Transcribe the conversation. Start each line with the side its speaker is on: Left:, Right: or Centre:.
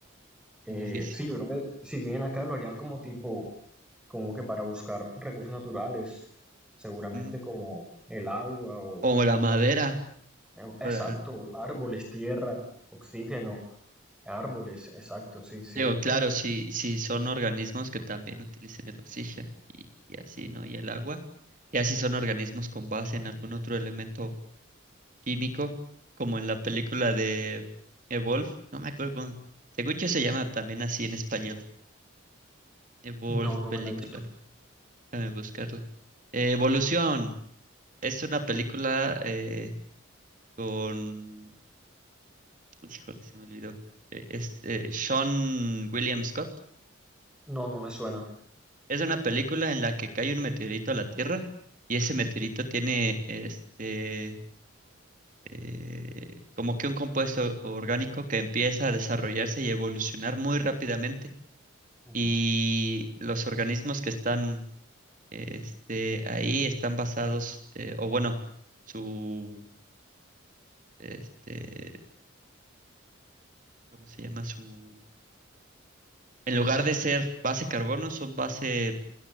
Centre: Eh,
Right: muy difícil.
Centre: sí, yo creo que si vienen acá lo harían como tipo, como que para buscar recursos naturales, seguramente
Right: Ujú.
Centre: como el agua o,
Right: O la madera.
Centre: o- eh, exacto,
Right: para-
Centre: o árboles, tierra, oxígeno, árboles, exacto, sí, sí.
Right: digo, claro, si, si son organismos que también utilicen el oxígeno y, y así, ¿no? Y el agua. Y así son organismos con base en algún otro elemento químico, como en la película de Evolve. No me acuerdo cómo. Según yo se llama también así en español Evolve,
Centre: No, no
Right: película.
Centre: me la he visto.
Right: Déjame buscarla. Eh, Evolución. Es una película eh, con... Híjole, se me olvidó. Eh, es eh, Sean William Scott.
Centre: No, no me suena.
Right: Es una película en la que cae un meteorito a la Tierra y ese meteorito tiene este... eh, como que un compuesto orgánico que empieza a desarrollarse y evolucionar muy rápidamente
Centre: Ujú.
Right: y los organismos que están Este, ahí están basados, eh, o bueno, su, este, ¿cómo se llama? Su, en lugar de ser base carbono, son base,